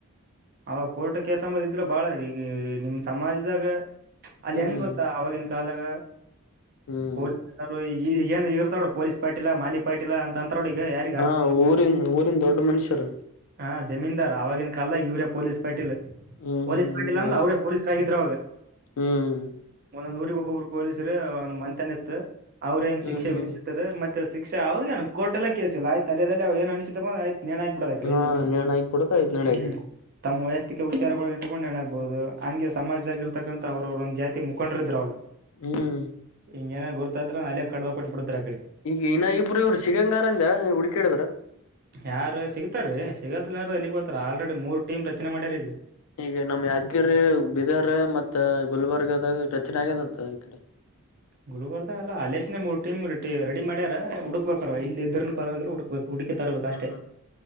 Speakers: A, on the right; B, on the left.
A: ಅವಾಗ ಕೋರ್ಟ್ ಕೇಸ್ ಅಂಬದ್ ಇದ್ರ ಬಾಳ ಈಗ ನಿಮ್ ಸಮಾಜದಾಗ ಚ್ ಅಲ್ಲಿ
B: ಹ್ಮ್
A: ಹೆಂಗ್ ಗೊತ್ತಾ ಆವಾಗಿನ್ ಕಾಲಗ.
B: ಹ್ಮ್
A: ಪೋಲೀಸ್ ಎಲ್ಲರು ಈ ಏನ್ ಇರ್ತಾರೋಡ ಪೊಲೀಸ್ ಪಾಟೀಲ ಮಾಲಿ ಪಾಟೀಲ ಅಂತಮತರೋಡಿಗ ಯಾರ
B: ಹಾಂ ಊರಿನ್ ಊರಿನ್ ದೊಡ್ಡ ಮನುಷ್ಯರು.
A: ಹಾ ಜಮೀನ್ದಾರ್ ಆವಾಗಿನ ಕಾಲದಾಗ ಇವ್ರೇ ಪೊಲೀಸ್ ಪಾಟೀಲ್
B: ಹ್ಮ್
A: ಪೊಲೀಸ್
B: ಹ್ಮ್
A: ಪೀಟೀಲ್
B: ಹಿಂಗ
A: ಅಂದ್ರ ಅವ್ರೇ ಪೊಲೀಸ್ರ ಆಗಿದ್ರ ಅವಾಗ
B: ಹ್ಮ್
A: ಒಂದೊಂದ್ ಊರಿಗೆ ಒಬ್ಬೊಬ್ರು ಪೊಲೀಸರು. ಮಂತೆನ ಇತ್ತು ಅವ್ರ ಹೆಂಗ್
B: ಹ್ಮ್
A: ಶಿಕ್ಷೆ
B: ಹ್ಮ್
A: ವಿಧಿಸ ತಾರ ಮತ್ತೆ ಶಿಕ್ಷೆ ಅವ್ರಗೇನು ಕೋರ್ಟಿಲ್ಲ ಕೇಸಿಲ್ಲ ಆಯ್ತ ಅಲಿದಲ್ಲೆ ಅವಗ ಏನ್ ಅಸಿದಪಾ ಆಯ್ತ ನೇಣ್ಹಾ ಬುಡದಕಡೆ
B: ಹಾ
A: ಎಲ್ಲೆ
B: ನೇಣ ಆಕ್ ಬಿಡದ ಐದ್ ನಡೆ ಆ
A: ಹ್ಮ್.
B: ಕಡೆ
A: ತಮ್ಮ ವೈಯಕ್ತಿಕ ವಿಚಾರಗುಳನ್ನ ಇಟ್ಕೊಂಡು ಏನಾಗ್ಬಹುದು ಹಂಗೆ ಸಮಾಜದಗಿರ್ತಕ್ಕಂಥ ಅವ್ರವ್ರು ಒಂದು ಜಾತಿ ಮುಖಂಡರಿದ್ರು ಅವಾಗ.
B: ಹ್ಮ್
A: ಹಿಂಗ ಏನರ ಗುರ್ತಾದ್ರ ಅಲ್ಲೆ ಕಡ್ದ ಒಕಾಟ್ಬಿಡ್ತಿದ್ರು ಆ ಕಡೆ.
B: ಈಗ ಇನ್ನ ಇಬ್ಬರು ಇವ್ರು ಸಿಗಂಗಾರಂದ್ಯಾ ಹುಡುಕ್ಯಾಡಿದರ.
A: ಯಾರ ಸಿಗ್ತಾರ್ರೀ ಸಿಗತ್ತಲಾರ್ದ ಎಲ್ಲಿಗ್ ಹೋತಾರ ಆಲ್ರೆಡಿ ಮೂರ್ ಟೀಮ್ ರಚನೆ ಮಾಡ್ಯಾರ ಈಗ.
B: ಈಗ ನಮ್ ಯಾದಗಿರಿ ಬಿದರ್ ಮತ್ತೆ ಗುಲ್ಬರ್ಗದಾಗ ರಚನೆ ಆಗ್ಯದಂತ ಈ ಕಡೆ.
A: ಗುಲ್ಬರ್ಗಾದಲ್ಲ ಅಲೇಶನ ಮೂರು ಟೀಮ್ ರ ರೆಡಿ ಮಾಡ್ಯಾರ ಹುಕ್ಬೇಕಾರ ಇಲ್ಲಿ ಇದ್ರನ್ ಪರವಾಗಿಲ ಹುಡುಕ್ಬೇಕು ಹುಡ್ಕಿ ತರ್ಬೇಕು
B: ಹ್ಮ್
A: ಅಷ್ಟೇ